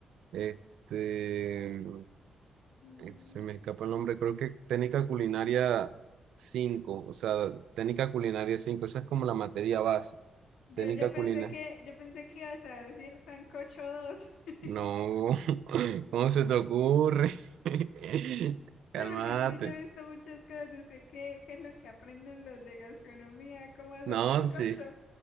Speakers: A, on the right; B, on the left.
A: este, eh,
B: Mm,
A: se me escapa el nombre, creo que técnica culinaria cinco o sea, técnica culinaria cinco esa es como la materia base,
B: Yo,
A: técnica
B: yo pensé
A: culinaria.
B: que, yo pensé que ibas a decir sancocho 2. <laughs>
A: No, <laughs> ¿cómo se te ocurre? <laughs> Calmate.
B: Sí, porque es que yo he visto muchas cosas, de sé ¿qué, qué es lo que aprenden los de gastronomía? ¿Cómo hacer
A: No,
B: sancocho?
A: sí.